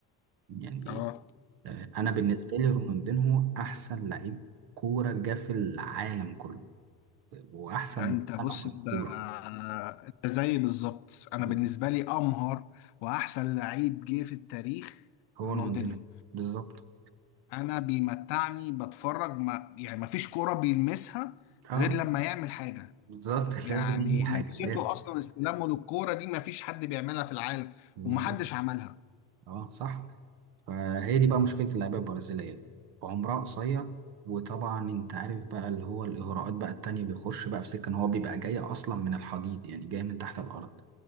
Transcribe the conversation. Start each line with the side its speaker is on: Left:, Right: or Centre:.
Right: يعني
Left: اه
Right: آه، انا بالنسبه لي رونالدينهو احسن لعيب كوره جه في العالم كله واحسن
Left: انت
Right: من
Left: بص
Right: لمس
Left: انت
Right: الكوره
Left: انت زيي بالظبط انا
Right: بالظبط.
Left: بالنسبه لي امهر واحسن لعيب جه في التاريخ
Right: هو
Left: رونالدينيو
Right: رونالدينهو بالظبط
Left: انا بيمتعني بتفرج ما يعني ما فيش كوره بيلمسها
Right: اه
Left: غير لما يعمل حاجه
Right: بالظبط <laughs>
Left: يعني
Right: لازم يعمل حاجه
Left: لمسته
Right: لازم
Left: اصلا استلامه للكوره دي ما فيش حد بيعملها في العالم
Right: بالظبط
Left: ومحدش عملها
Right: اه صح فهي دي بقى مشكله اللعيبه البرازيليه عمرها قصير وطبعا انت عارف بقى اللي هو الاغراءات بقى التانية بيخش بقى في سكه ان هو بيبقى جاي اصلا من الحضيض يعني جاي من تحت الارض